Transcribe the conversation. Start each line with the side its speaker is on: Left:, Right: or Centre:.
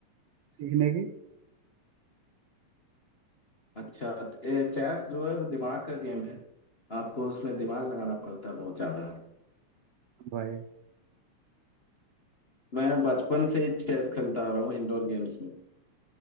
Right: सीखने की
Left: अच्छा ए, चेस जो है वो दिमाग का गेम है आपको उसमें दिमाग लगाना पड़ता है बहुत ज्यादा
Right: भाई
Left: मैं बचपन से ही चेस खेलता आ रहा हूँ इंडोर गेम्स में